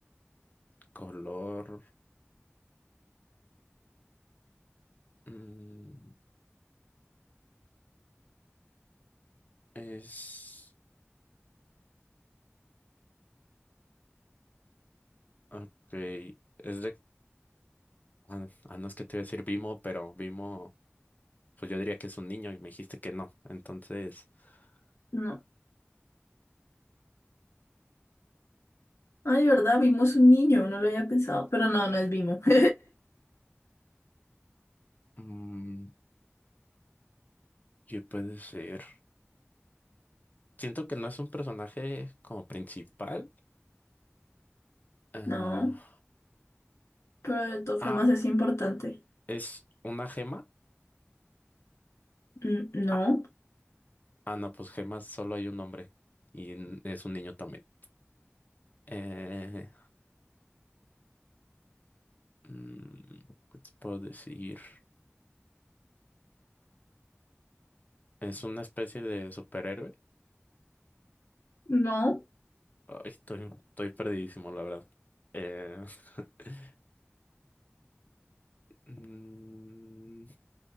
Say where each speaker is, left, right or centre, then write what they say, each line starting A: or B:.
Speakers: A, on the left; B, on the left.
A: Color. mm, es. Ok. Es de. Ah, ah, no es que te iba a decir Vimo, pero Vimo. Pues yo diría que es un niño y me dijiste que no. Entonces. <laughs>
B: No. Ay, ¿verdad? Vimos un niño, no lo había pensado, pero no, no es Vimo. <laughs>
A: Mm, ¿qué puede ser? Siento que no es un personaje como principal. ah,
B: No, pero de todas
A: ah,
B: formas es importante.
A: ¿es una gema?
B: Mm, No,
A: Ah, ah, no, pues gemas solo hay un hombre y n- es un niño también. Eh, mm, ¿qué te puedo decir? ¿Es una especie de superhéroe?
B: no,
A: Ay, estoy, estoy perdidísimo, la verdad. Eh, <laughs> mm,